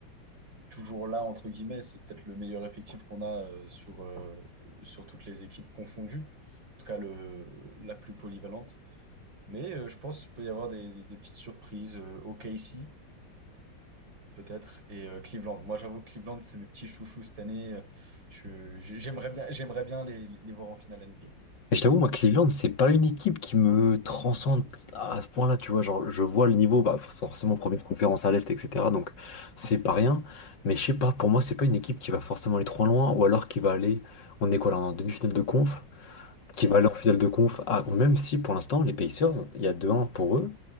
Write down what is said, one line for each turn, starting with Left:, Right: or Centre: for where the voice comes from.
Right: toujours là, entre guillemets. C'est peut-être le meilleur effectif qu'on a euh, sur, euh, sur toutes les équipes confondues, en tout cas le, la plus polyvalente. Mais euh, je pense qu'il peut y avoir des, des- des petites surprises. Euh, OKC, peut-être, et euh, Cleveland. Moi, j'avoue que Cleveland, c'est mes petits chouchous cette année. Euh, je- j'aimerais bien, j'aimerais bien les, les voir en finale NBA.
Left: Et je t'avoue, moi, Cleveland, c'est pas une équipe qui me transcende à ce point-là, tu vois. Genre, je vois le niveau, bah, forcément, premier de conférence à l'Est, etc. Donc, c'est pas rien. Mais je sais pas, pour moi, c'est pas une équipe qui va forcément aller trop loin, ou alors qui va aller, on est quoi là, on est en demi-finale de conf, qui
Right: Ouais.
Left: va aller en finale de conf, à- même si pour l'instant, les Pacers, il y a deux 1 pour eux.